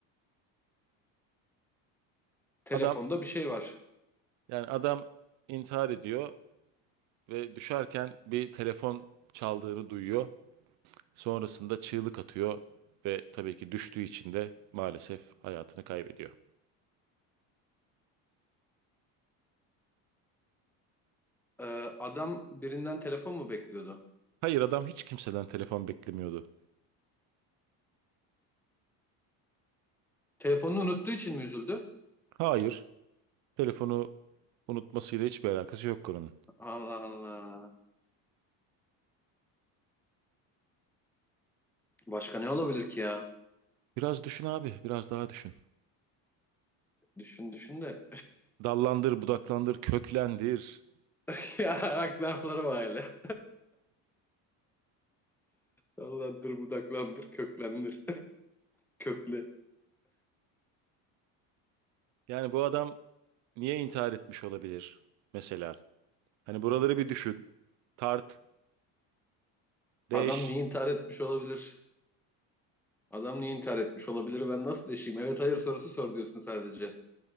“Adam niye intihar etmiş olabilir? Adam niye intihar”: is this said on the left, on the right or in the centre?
Centre